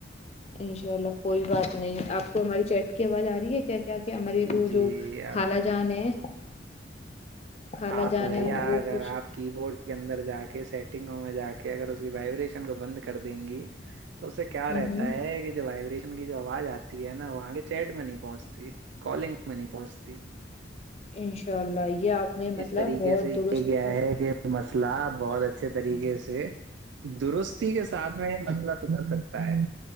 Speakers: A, on the left; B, on the right.
A: انشاء اللہ کوئی بات نہیں آپ کو ہماری چیٹ کی آواز آ رہی ہے کیا کیا کیا مری
B: جی
A: وہ جو خالا جان ہے خالا
B: ہاں
A: جان
B: تو رہیے
A: ہے وہ
B: اگر
A: کچھ
B: آپ کی بورڈ کے اندر جا کے سیٹنگوں میں جا کے اگر اس کی وائبریشن کو بند کر دیں گی تو اسے کیا
A: ہ
B: رہتا ہے کہ جو وائبریشن کی جو آواز آتی ہے نا وہ آگے چیٹ میں نہیں پہنچتی <unintelligible> کالنگ میں نہیں پہنچتی
A: ان شاء اللہ آئیے آپ نے مطلب
B: اس طریقے
A: بہت
B: سے یہ
A: درست
B: کیا
A: ہ
B: ہے کہ مسئلہ بہت اچھے طریقے سے درست کسی کے ساتھ میں یہ مسلہ سدر سکتا ہے